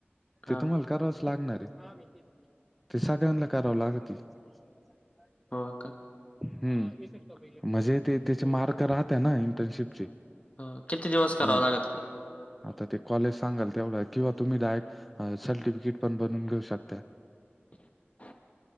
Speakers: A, on the left; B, in the centre.
A: हां
B: ते तुम्हाला.
A: ना,
B: करावच लागणारे ते सगळ्यांना कराव लागती. तो सांगायला सांग बाई.
A: हो का.
B: हम् म्हणजे ते त्याचे मार्क राहत ना इंटर्नशिपचे.
A: ह किती दिवस करावा
B: मग
A: लागत ते.
B: आता ते कॉलेज सांगाल तेवढा किंवा तुम्हीला एक सर्टिफिकेट पण बनवून घेऊ शकत्यात.
A: ह <inaudible>